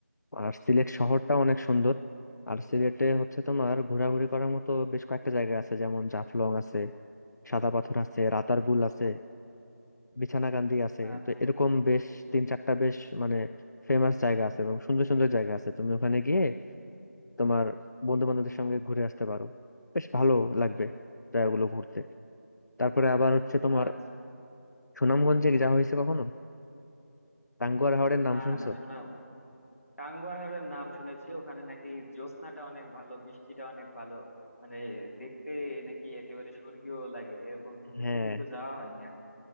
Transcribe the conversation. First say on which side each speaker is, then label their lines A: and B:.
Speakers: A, on the left; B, on the left.
A: আর সিলেট শহরটা অনেক সুন্দর আর সিলেটে হচ্ছে তোমার ঘোরাঘুরি করার মতো বেশ কয়েকটা জায়গা আছে যেমন জাফলং আছে সাদা পাথর আছে রাতারগুল আছে বিছানাকান্দি আছে
B: আচ্ছা
A: তো এরকম
B: আচ্ছা
A: বেশ তিন চারটা বেশ মানে ফেমাস জায়গা আছে এবং সুন্দর সুন্দর জায়গা আছে তুমি ওখানে গিয়ে তোমার বন্ধু বান্ধবদের সঙ্গে ঘুরে আসতে পারো বেশ ভালো লাগবে জায়গাগুলো ঘুরতে তারপরে আবার হচ্ছে তোমার
B: আচ্ছা
A: সুনামগঞ্জে যা হয়েছে কখনো টাঙ্গুয়ার হাওরের নাম
B: না
A: শুনছো
B: না শোনা টাঙ্গুয়ার হাড়ের নাম শুনেছি ওখানে নাকি জ্যোৎস্নাটা অনেক ভালো বৃষ্টিটা অনেক ভালো মানে দেখতে নাকি একেবারে স্বর্গীয় লাগে এরকম শুনেছি
A: হ্যাঁ
B: কিন্তু যাওয়া হয়নি এখন